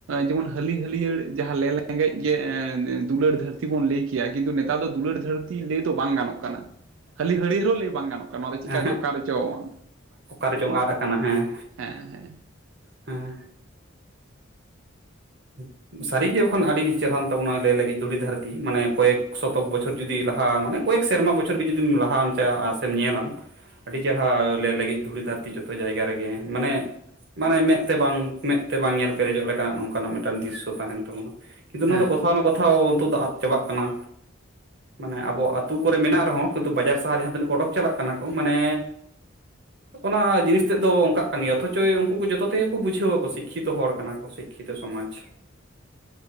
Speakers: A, on the right (about 70°); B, on the right (about 55°).
A: ᱡᱮᱢᱚᱱ ᱦᱟᱹᱞᱤ ᱦᱟᱹᱞᱭᱟᱹᱲ ᱡᱟᱦᱟᱸ ᱞᱮ ᱨᱮᱸᱜᱮᱡ ᱜᱮ ᱫᱩᱞᱟᱹᱲ ᱫᱷᱟᱹᱨᱛᱤ ᱵᱚᱱ ᱞᱟᱹᱭ ᱠᱮᱭᱟ ᱠᱤᱱᱛᱩ ᱱᱮᱛᱟᱨ ᱫᱚ ᱫᱩᱞᱟᱹᱲ ᱫᱷᱟᱹᱨᱛᱤ ᱞᱟᱹᱭ ᱫᱚ ᱵᱟᱝ ᱜᱟᱱᱚᱜ ᱠᱟᱱᱟ ᱦᱟᱹᱞᱤ ᱦᱟᱹᱲᱭᱟᱹᱨ ᱦᱚᱸ ᱞᱟᱹᱭ ᱵᱟᱝ ᱜᱟᱱᱚᱜ ᱠᱟᱱᱟ ᱱᱚᱣᱟ
B: ᱦᱩᱸ
A: ᱫᱚ ᱪᱤᱠᱟ ᱚᱠᱟ ᱨᱮ ᱪᱚᱝ
B: ᱚᱠᱟ ᱨᱮᱪᱚᱝ ᱟᱫ ᱟᱠᱟᱱᱟ ᱦᱮᱸ
A: ᱦᱮᱸ ᱦᱮᱸ
B: ᱦᱮᱸ <unintelligible> ᱥᱟᱹᱨᱤᱜᱮ ᱵᱟᱠᱷᱟᱱ ᱟᱹᱰᱤ ᱪᱮᱨᱦᱟ ᱨᱟᱱ ᱛᱟᱵᱚᱱᱟᱭ ᱞᱟᱹᱭ ᱞᱟᱹᱜᱤᱫ ᱫᱷᱩᱲᱤ ᱫᱷᱟᱹᱨᱛᱤ ᱢᱟᱱᱮ ᱠᱚᱭᱮᱠ ᱥᱚᱛᱚᱠ ᱵᱚᱪᱷᱚᱨ ᱡᱩᱫᱤ ᱞᱟᱦᱟ ᱢᱟᱱᱮ ᱠᱚᱭᱮᱠ ᱥᱮᱨᱢᱟ ᱵᱚᱪᱷᱚᱨ ᱜᱮ ᱡᱩᱫᱤᱢ ᱞᱟᱦᱟᱢ ᱪᱟᱞᱼᱟ ᱥᱮᱢ ᱧᱮᱞᱟᱢ ᱟᱹᱰᱤ ᱪᱮᱨᱦᱟ ᱮ ᱞᱮᱸᱜᱮᱡ ᱫᱷᱩᱲᱤ ᱫᱷᱟᱹᱨᱛᱤ ᱡᱚᱛᱚ ᱡᱟᱭᱜᱟ ᱨᱮᱜᱮ ᱢᱟᱱᱮ ᱢᱟᱱᱮ ᱢᱮᱫ ᱛᱮ ᱵᱟᱝ ᱢᱮᱫ ᱛᱮ ᱵᱟᱝ ᱧᱮᱞ ᱯᱮᱨᱮᱡᱚᱜ ᱞᱮᱠᱟ ᱱᱚᱝᱠᱟᱱᱟᱜ ᱢᱤᱫᱴᱮᱱ ᱢᱤᱫᱴᱟᱱ ᱫᱨᱤᱥᱚ ᱛᱟᱦᱮᱱ ᱛᱟᱵᱚᱱᱟ ᱠᱤᱱᱛᱩ ᱱᱚᱣᱟ
A: ᱦᱮᱸ
B: ᱫᱚ ᱠᱚᱛᱷᱟᱣ ᱚᱱᱟ ᱠᱚᱛᱷᱟᱣ ᱱᱚᱜ ᱫᱚ ᱟᱫ ᱪᱟᱵᱟᱜ ᱠᱟᱱᱟ ᱢᱟᱱᱮ ᱟᱵᱚ ᱟᱛᱩ ᱠᱚᱨᱮ ᱢᱮᱱᱟᱜ ᱨᱮᱦᱚᱸ ᱠᱤᱱᱛᱩ ᱵᱟᱡᱟᱨ ᱥᱟᱦᱟᱨ ᱡᱟᱦᱟᱸ ᱛᱤᱱᱟᱹᱜ ᱠᱚ ᱚᱰᱚᱠ ᱪᱟᱞᱟᱜ ᱠᱟᱱᱟ ᱠᱚ ᱢᱟᱱᱮ ᱚᱱᱟ ᱡᱤᱱᱤᱥ ᱛᱮᱫ ᱫᱚ ᱚᱱᱠᱟᱜ ᱠᱟᱱ ᱜᱮᱭᱟ ᱚᱛᱷ ᱚᱪᱚᱭ ᱩᱱᱠᱩ ᱠᱚ ᱡᱚᱛᱚ ᱛᱮᱜᱮ ᱠᱚ ᱵᱩᱡᱷᱟᱹᱣ ᱟᱠᱚ ᱥᱤᱠ ᱠᱷᱤᱛᱚᱜ ᱦᱚᱲ ᱠᱟᱱᱟ ᱠᱚ ᱥᱤᱠ ᱠᱷᱤ ᱛᱤ ᱥᱚᱢᱟᱡ